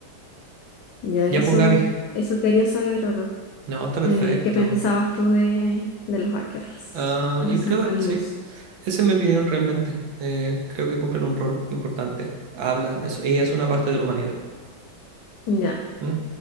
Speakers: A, on the left; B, on the right.
A: Ya
B: Ya,
A: eso,
B: pues, Gaby.
A: eso quería saber, Roro.
B: No, está perfecto.
A: Eh, ¿qué pensabas tú de, de los hackers,
B: Ah,
A: de
B: yo
A: los
B: creo,
A: anónimos?
B: sí. Esa es mi opinión realmente. Eh, creo que cumplen un rol importante. Hablan, eso, ella es una parte de la humanidad.
A: Ya,
B: ¿Mm?